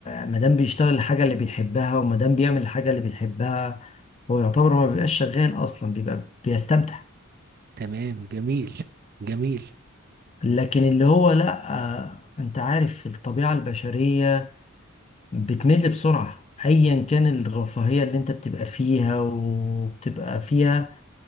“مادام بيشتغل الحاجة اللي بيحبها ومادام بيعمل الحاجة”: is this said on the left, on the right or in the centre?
Left